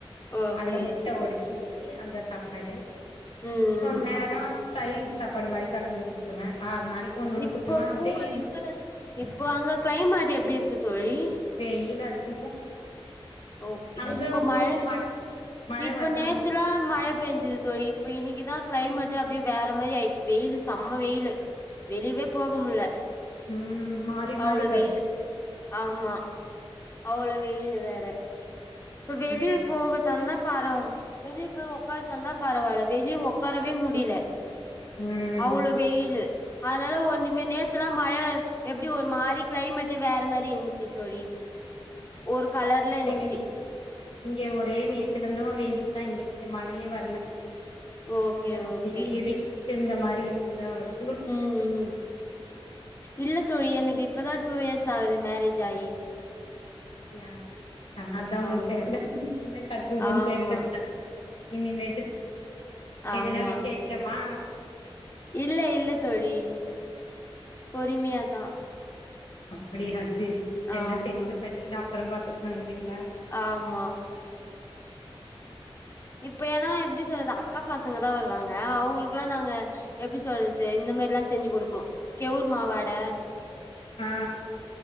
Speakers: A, on the left; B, on the left.
A: ஓகே
B: அதுல ட்ட உடச்சு ஊத்தி அந்த சாப்பாடு
A: ம் ம்
B: ஒரு நேரோ வீட்டு சாப்பாடு மாரி கலந்து குடுத்துருவ ஆறு நாளைக்கு ஒன்னொன்னு
A: இப்போ
B: குடுத்துருவ அப்டியே
A: கூலிங்கு இப்போ அங்க கிளைமேட் எப்டி இருக்கு தோழி
B: வெயிலு அதிகோ
A: ஓகே
B: அங்க
A: இப்ப
B: உங்களுக்கு
A: மழ
B: ம மழ
A: இப்ப
B: வருதா
A: நேத்துலா
B: உங்
A: மழை பெஞ்சுது தோழி இப்ப இன்னிக்கி தா கிளைமேட் அப்டியே வேற மாரி ஆயிச்சு வெயிலு செம வெயிலு வெளியவே போக முடில
B: ம் மாறி
A: அவ்ளோ
B: மாறி வருது
A: வெயிலு ஆமா அவ்ளோ வெயிலு வேற இப்ப வெளிய
B: ம்
A: போக தந்தா பர வெளிய போய் உக்காரதா இருந்தா பரவால்ல வெளிய உக்காரவே முடில
B: ம்
A: அவ்ளோ வெயிலு அதனால ஒன்னுமே நேத்துலா மழ எப்டி ஒரு மாரி கிளைமேட்டே வேற மாரி இருந்ச்சி தோழி ஒரு கலர்ல இருந்துச்சு
B: ஐ நீட் இங்க ஒரே நேத்துல இருந்து வெயிலு தா இங்க இங்க மழயே வரல
A: ஓகே
B: இன்னைக்கு
A: ஓகே
B: வெளிய இருட்டிக்கிட்டு இருந்த மாரி இருந்துது அவ்ளோ தா
A: ம் ம் இல்ல தோழி எனக்கு இப்பதா டூ இயர்ஸ் ஆகுது மேரேஜ் ஆயி
B: அப்டியா ஆ அதா உங்களுக்கு
A: ஆமா
B: தெர்ல என்ன கட்டுறதுனு
A: ஆமா
B: தெர்லக்கா இனிமேட்டு எதுனா
A: ஆமா
B: விசேஷமா
A: இல்ல இல்ல தோழி பொறுமையா தா
B: அப்டியா சேரி எல்லா
A: ஆமா
B: தெச்சில பண்ணி நா அப்றமா பாத்துக்கலா நெனப்பீங்களா
A: ஆமா இப்ப ஏனா எப்டி சொல்றது அக்கா பசங்க தா வருவாங்க அவுங்களுக்குலா நாங்க எப்டி சொல்றது இந்த மாரிலா செஞ்சு குடுப்போ கெவுர் மாவு அட
B: ஆ